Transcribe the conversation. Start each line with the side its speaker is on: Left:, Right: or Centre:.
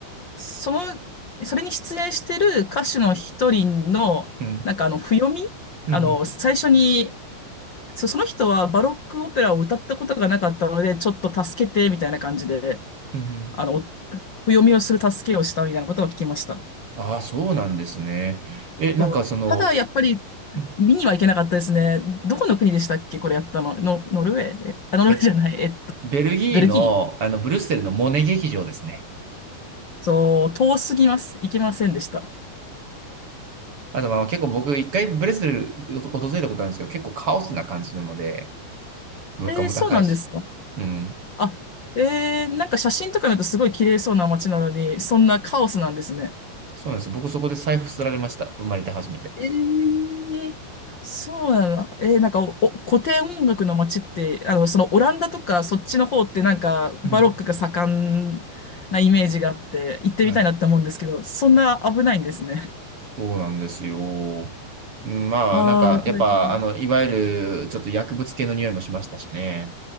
Left: その、それに出演してる歌手の一人の、
Right: うん。
Left: なんかあの、譜読みあの、
Right: うんうん。
Left: 最初にそ、その人はバロックオペラを歌ったことがなかったので、ちょっと助けて、みたいな感じで、
Right: うんうん。
Left: あの、お譜読みをする助けをしたみたいなことを聞きました。
Right: ああ、そうなんですね。え、なんかその、
Left: そうただ、やっぱり、
Right: うん
Left: 見には行けなかったですね。どこの国でしたっけこれやったの。の、ノルウェーえあ、ノルウェーじゃない。
Right: え、
Left: えっと、
Right: ベルギーの、
Left: ベルギー。
Right: あの、ブリュッセルのモネ劇場ですね。
Left: そう、遠すぎます。行けませんでした。
Right: あとまあ結構僕一回ブレスル訪れたことあるんですけど、結構カオスな感じなので、物価も高いし。
Left: えー、そうなんですか。
Right: うん。
Left: あ、えー、なんか写真とか見るとすごい綺麗そうな街なのに、そんなカオスなんですね。
Right: そうなんです。僕そこで財布すられました。生まれて初めて。
Left: えー、そうなの。えー、なんかお、お古典音楽の街って、あの、そのオランダとかそっちの方ってなんかバロックが盛んなイメージがあって、
Right: うん。
Left: 行ってみたいなって思うんですけど、
Right: はい。
Left: そんな危ないんですね。
Right: そうなんですよ。うんまあなんかやっぱあの、
Left: ああ、大変。
Right: いわゆるちょっと薬物系の匂いもしましたしね。